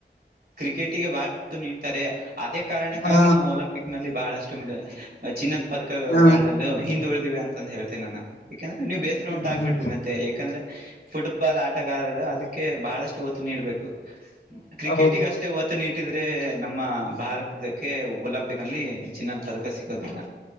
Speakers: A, on the right; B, on the left.
A: ಕ್ರಿಕೆಟಿಗೆ ಮಹತ್ವ ನೀಡ್ತಾರೆ. ಅದೇ ಕಾರಣಕ್ಕಾಗಿ
B: ಹ
A: ನಾವು ಒಲಿಂಪಿಕ್ ನಲ್ಲಿ ಬಹಳಷ್ಟು ಮೆಡ್ ಅ ಚಿನ್ನದ ಪದಕಗಳಲ್
B: ಹಾ
A: ಲೊ ಹಿಂದ ಉಳ್ದಿವಿ ಅಂತ ಹೇಳ್ತೇನ ನಾನಾ ಯಾಕಂದ್ರ ನೀವು ಬೇಸರ
B: ಹ್ಮ್
A: ಉಂಟ ಆಗ್ಬ್ಯಾಡ್ರಿ ಮತ್ತೆ ಯಾಕಂದ್ರೆ ಫುಟ್ಬಾಲ್ ಆಟಗಾರರ ಅದಕ್ಕೆ ಬಹಳಷ್ಟು ಒತ್ತು ನೀಡಬೇಕು ಕ್ರಿಕೆಟಿಗ
B: ಹೌದು
A: ಅಷ್ಟೇ ಒತ್ ತ ನೀಟ್ಟಿದ್ರೆ ನಮ್ಮ ಭಾರತಕ್ಕೆ ಒಲಿಂಪಿಕ್ ಅಲ್ಲಿ ಚಿನ್ನದ್ ಪದಕ ಸಿಗೋದಿಲ್ಲ.